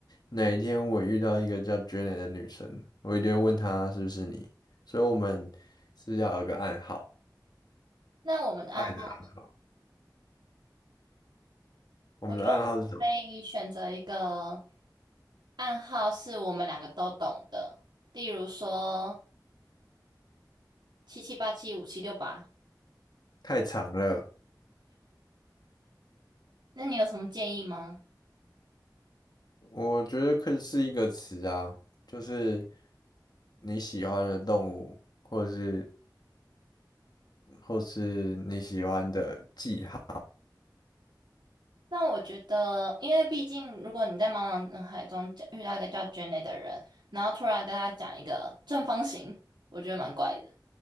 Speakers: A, on the left; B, on the right.
A: 哪一天我遇到一个叫 Janet 的女生，我一定会问她是不是你，所以我们是不是要有个暗号，
B: 那我们的暗号，
A: 爱的暗号。我们的暗号是什么？
B: 我觉得我们可以选择一个暗号是我们两个都懂的，例如说七七八七五七六八。
A: 太长了，
B: 那你有什么建议吗？
A: 我觉得可以是一个词啊，就是你喜欢的动物，或者是或是你喜欢的记号，
B: 那我觉得，因为毕竟，如果你在茫茫人海中叫遇到一个叫 Jenny 的人，然后突然跟他讲一个正方形，我觉得蛮怪的。